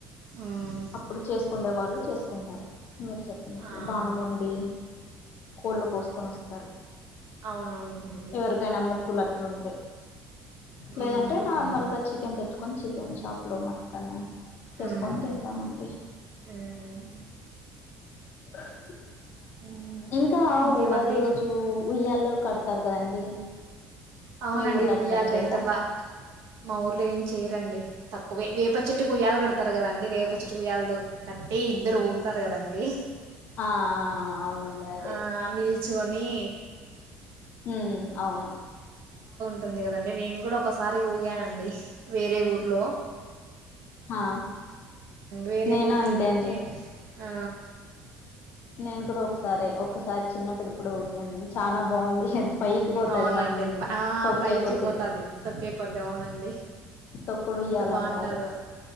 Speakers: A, on the right; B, on the left.
A: ఉమ్,
B: అప్పుడు చేసుకుండే వాళ్ళు చేసుకుంటారు మీరు చెప్పినట్లు
A: ఆ.
B: బాణం వండి కోళ్ళు కోసుకొని వస్తారు
A: అవునవునులేండి.
B: ఎవరికైనా మొక్కులు అట్లుంటే
A: హ్మ్.
B: లేదంటే నార్మల్ గా చికెన్ తెచ్చుకొని చికెన్ షాప్ లో మటను చేసుకొని
A: హ్మ్.
B: తింటామండి
A: హ్మ్.
B: <inaudible>
A: హ్మ్.
B: ఇంకా
A: ఇంకేమండి?
B: ఊగాది ఈ రోజు ఉయ్యాల కడతారు కదండి
A: అవునండి
B: మీ ఊర్లో అట్లేం
A: ఉయ్యాల
B: చేయరా
A: ఎంత బా మా ఊర్లో ఏం చేయరండి తక్కువే వేపచెట్టుకు ఉయ్యాల కడతారు కదండి వేపచెట్టుకు ఉయ్యాలతో కట్టి ఇద్దరు ఊగుతారు కదండి
B: ఆ అవునండి అదే
A: ఆ నిల్చొని
B: ఉమ్ అవును
A: ఉంటుంది గదండి నేను గూడా ఒకసారి ఊగానండి వేరే ఊరిలో
B: హ
A: వేరే
B: నేను
A: ఊరికెళ్ళింటే
B: అంతే అండి
A: ఆ
B: నేను కూడా ఒకసారి ఒక్కసారి చిన్నప్పుడెప్పుడు పోయినాను చాలా బాగుంది పైకి పోతది
A: అవునండి
B: మనం
A: ఆ
B: తొక్కే
A: పైకి
B: కొద్దీ
A: పోతాది తొక్కే కొద్దీ అవునండి
B: తొక్కుడు ఉయ్యాల
A: ఎంత బాగుంటాదో
B: అంటారు